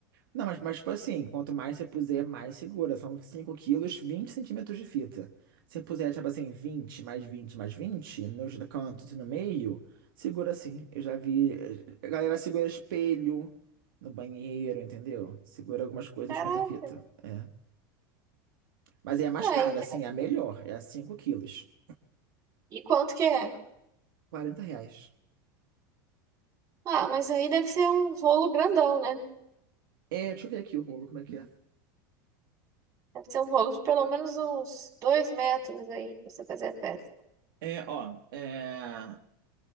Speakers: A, on the right; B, on the right.
A: Não, mas, mas tipo assim, quanto mais você puser, mais segura. São 5 quilos, 20 centímetros de fita. Se você puser, tipo assim, 20 mais 20 mais 20 nos cantos e no meio, segura assim. Eu já vi. eh, A galera segura espelho no banheiro, entendeu? Segura algumas coisas
B: Caraca.
A: com essa fita. É. Mas aí é mais
B: É,
A: cara,
B: então-
A: assim, é a melhor. É a 5 quilos.
B: e quanto que é?
A: quarenta reais.
B: Ah, mas aí deve ser um rolo grandão, né?
A: É, deixa eu ver aqui o rolo, como é que é.
B: Deve ser um rolo de pelo menos uns 2 metros aí, pra você fazer a festa.
A: É, ó, é...